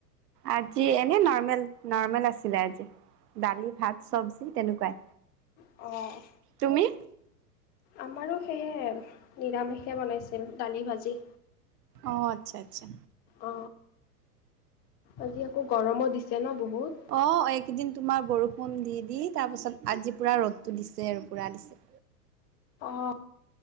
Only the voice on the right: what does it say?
আজি এনে নৰ্মেল নৰ্মেল আছিলে আজি। দালি ভাত চবজি তেনেকুৱাই
তুমি
অ আচ্ছা আচ্ছা
অ এইকেইদিন তোমাৰ বৰষুণ দি দি তাৰ পাছত আজি পোৰা ৰ'দটো দিছে আৰু পৰা দিছে।